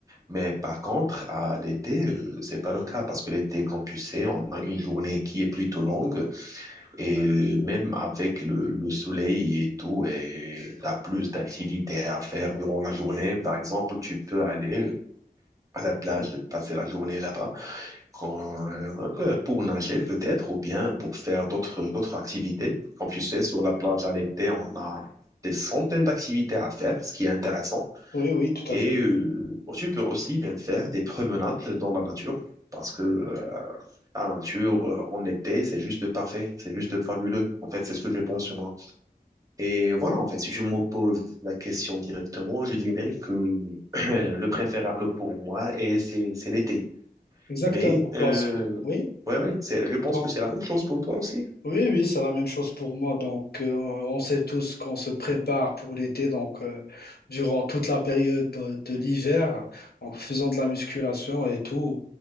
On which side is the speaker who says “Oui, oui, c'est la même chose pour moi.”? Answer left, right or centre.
Left